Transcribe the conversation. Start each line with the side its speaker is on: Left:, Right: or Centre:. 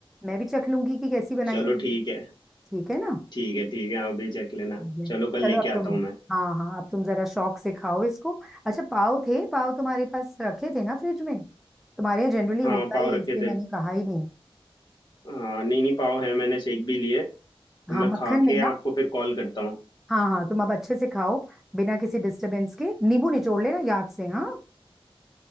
Centre: मैं भी चख लूंगी कि कैसी बनाई
Left: चलो
Centre: है तुमने।
Left: ठीक है
Centre: ठीक है ना
Left: ठीक है ठीक है आप भी चख लेना
Centre: आइए।
Left: चलो कल
Centre: चलो
Left: लेके
Centre: अब तुम
Left: आता हूँ मैं
Centre: हाँ हाँ अब तुम जरा शौक से खाओ इसको अच्छा पाव थे पाव तुम्हारे पास रखे थे ना फ्रिज में तुम्हारे यहाँ जनरली
Left: हाँ
Centre: होता
Left: पाव
Centre: ही है
Left: रखे
Centre: इसलिए
Left: थे
Centre: मैंने कहा ही नहीं
Left: हाँ नहीं नहीं पाव है मैंने सेक भी लिए अब
Centre: हाँ
Left: मैं
Centre: मक्खन
Left: खा
Centre: में
Left: के
Centre: ना
Left: आपको फिर कॉल करता हूँ
Centre: हाँ हाँ तुम अब अच्छे से खाओ बिना किसी डिस्टरबेंस के नींबू निचोड़ लेना याद से हाँ